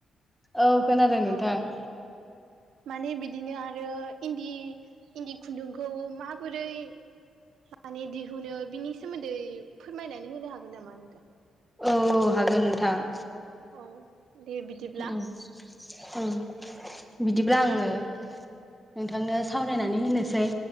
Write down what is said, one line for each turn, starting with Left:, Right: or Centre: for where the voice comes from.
Centre: औ खोनादों नोंथां,
Right: औ माने बिदिनो आरो इन्दि इन्दि खुन्दुंखौ माबोरै, माने दिहुनो बिनि सोमोन्दै फोरमायनानै होनो हागोन नामा नोंथां?
Centre: औ औ हागोन नोंथां,
Right: औ दे बिदिब्ला
Centre: औ औ बिदिब्ला आङो नोंथांनो सावरायनानै होनोसै,